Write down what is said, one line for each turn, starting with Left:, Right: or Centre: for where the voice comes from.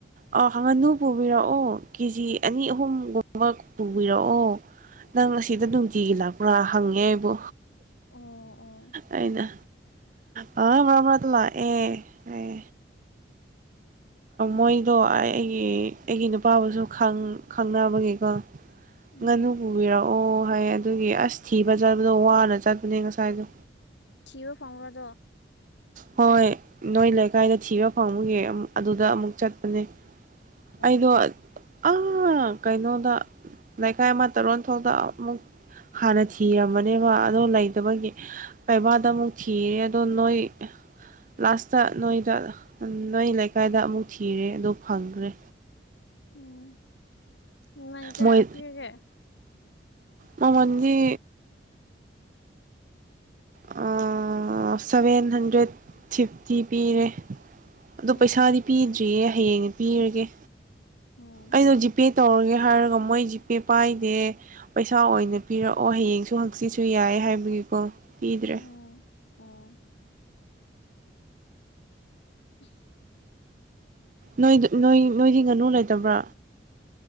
Right: ꯑ ꯍꯪ ꯉꯅꯨ ꯄꯨꯕꯤꯔꯛꯑꯣ ꯀꯦꯖꯤ ꯑꯅꯤ ꯑꯍꯨꯝꯒꯨꯝꯕ ꯄꯨꯕꯤꯔꯛꯑꯣ ꯅꯪ ꯑꯁꯤꯗ ꯅꯨꯡꯇꯤꯒꯤ ꯂꯥꯛꯄ꯭ꯔꯥ ꯍꯪꯉꯦ ꯑꯩꯕꯨ
Left: ꯑꯣ ꯑꯣ
Right: ꯑꯩꯅ ꯑ ꯃꯔꯛ ꯃꯔꯛ꫰ꯇꯥ ꯄꯥꯛ ꯑꯦ ꯃꯣꯏꯗꯣ ꯑꯩ ꯑꯩꯒꯤ ꯑꯩꯒꯤ ꯅꯨꯄꯥꯕꯨꯁꯨ ꯈꯪꯅꯕꯒꯤꯀꯣ
Left: ꯎꯝ
Right: ꯉꯥꯅꯨ ꯄꯨꯕꯤꯔꯛꯑꯣ ꯍꯥꯏ ꯑꯗꯨꯒꯤ ꯑꯁ ꯊꯤꯕ ꯆꯠꯕꯗꯣ ꯋꯥꯅ ꯆꯠꯄꯅꯦ ꯉꯁꯥꯏꯗꯣ
Left: ꯊꯤꯕ ꯐꯪꯕ꯭ꯔꯥ
Right: ꯍꯣꯏ ꯅꯣꯏ ꯂꯩꯀꯥꯏꯗ ꯊꯤꯕ ꯐꯪꯕꯒꯤ ꯑꯗꯨꯗ ꯑꯃꯨꯛ ꯆꯠꯄꯅꯦ ꯑꯩꯗꯣ
Left: ꯑꯣ
Right: ꯑ ꯀꯩꯅꯣꯗ ꯂꯩꯈꯥꯏ ꯑꯃꯇ ꯔꯣꯟ ꯐꯥꯎꯗ ꯑꯃꯨꯛ ꯍꯥꯟꯅ ꯊꯤꯔꯝꯃꯅꯦꯕ ꯑꯗꯣ ꯂꯩꯇꯕꯒꯤ ꯄꯩꯕꯥꯗ ꯑꯃꯨꯛ ꯊꯤꯔꯦ ꯑꯗꯣ ꯅꯣꯏ ꯂꯥꯁꯇ ꯅꯣꯏꯗ ꯅꯣꯏ ꯂꯩꯀꯥꯏꯗ ꯑꯃꯨꯛ ꯊꯤꯔꯦ ꯑꯗꯨ ꯐꯪꯉꯦ ꯈ꯭ꯔꯦ
Left: ꯎꯝ ꯃꯃꯜ ꯀꯌꯥ
Right: ꯃꯣꯏ
Left: ꯍꯄꯤꯒꯦ
Right: ꯃꯃꯜ ꯗꯤ ꯑꯥ ꯁꯚꯦꯟ ꯍꯟꯗ꯭ꯔꯦꯠ ꯐꯤꯐꯇꯤ ꯄꯤꯔꯦ
Left: ꯎꯝ
Right: ꯑꯣ ꯄꯩꯁꯥꯗꯤ ꯄꯤꯗ꯭ꯔꯤꯌꯦ ꯍꯌꯦꯡꯗꯤ ꯄꯤꯔꯒ‌ꯦ
Left: ꯎꯝ
Right: ꯑꯩꯩꯗ‌ꯣ ꯖꯤꯄꯦ ꯇꯧꯔꯒꯦ ꯍꯥꯏꯔꯒ ꯃꯣꯏ ꯖꯤꯄꯦ ꯄꯥꯏꯗꯦ ꯄꯩ ꯁꯥ ꯑꯣꯏꯅ ꯄꯤꯔꯛꯑꯣ ꯍꯌꯦꯡꯁꯨ ꯍꯪꯆꯤꯠꯁꯨ ꯌꯥꯏ ꯍꯥꯏꯕꯒꯤꯀꯣ ꯄꯤꯗ꯭ꯔꯦ
Left: ꯑꯣ ꯑꯣ <unintelligible>
Right: ꯅꯣꯏꯗ ꯅꯣꯏ ꯅꯣꯏꯒꯤ ꯉꯥꯅꯨ ꯂꯩꯇꯕ꯭ꯔꯥ